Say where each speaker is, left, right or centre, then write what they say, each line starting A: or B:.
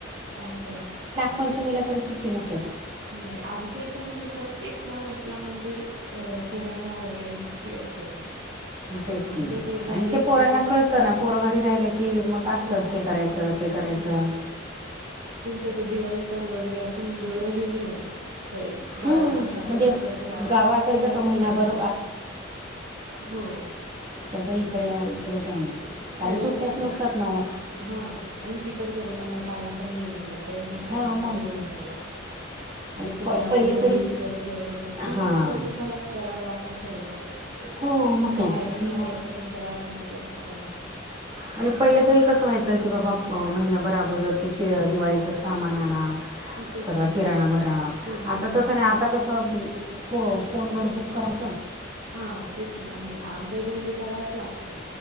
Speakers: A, on the right (about 60°); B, on the right (about 30°).
A: आस.
B: पंचमीला पण सुट्टी नस
A: नाही आमच्या इथं म्हणजे प्रत्येक सण असला म्हणजेल अ. पोरांना वगैरे सुट्टी असतेच.
B: तेच की
A: मुलं घरी राहिले
B: आणि ते पोरांना
A: की
B: कळतं ना? पोर घरी राहिल्या की मग
A: हो
B: असतंच हे करायचं,
A: असं
B: ते करायचं.
A: हम्म. तुमच्या इथे दिवाळी पण वगैरे असं म्हणजे एवढं हे नाही होत. तरी गावाकडे
B: हम्म,
A: जस
B: म्हणजे
A: होत तस गा
B: गावाकडे
A: शहरात
B: कसं महिनाभर
A: नाही राहत. हो.
B: तस इकडे इकडे काही नाही, कारण
A: सर्व
B: सुट्ट्याच
A: गोष्टी
B: नसतात
A: असतात.
B: ना ओ.
A: हा आणि तिकडच्या लोकांना टाइम पण नाहीए एवढा, त्यांचच त्यांना
B: हां मग
A: हे होऊन जातं.
B: <inaudible>
A: कधी
B: पहिले
A: आम्ही घरी
B: तरी
A: येऊ, कधी जेवणं बनवु, तुमचं
B: हां
A: कसं आहे तुम्हालाच करावं लागतं सर्व.
B: हो मग काय
A: बाहेर
B: आणि
A: बाहेरच पण करा घरातलं पण करा. असं.
B: आणि
A: हम्म
B: पहिलं तरी कसं व्हायचं की बाबा महिनाभर अगोदर दिवाळीच सामान आणा
A: हा तेच
B: सगळा
A: ना मग
B: किराणा भरा
A: किराणा
B: आता
A: भरा
B: तसं नाही आता कस. तर फो फोनवर बुक करायचां
A: हा तेच ना नाही आमच्याचं म्हणजे कराच लागत.